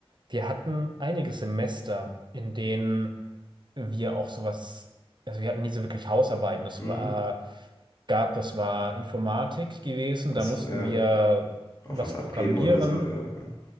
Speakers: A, on the right; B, on the left.
A: Wir hatten einige Semester, in denen wir auch sowas, also wir hatten nie so wirklich Hausarbeiten. Es
B: Mhm.
A: war, gab, das war Informatik gewesen, da
B: Ach so,
A: mussten
B: ja.
A: wir was
B: Auch was abgeben
A: programmieren
B: oder so, ja, ja.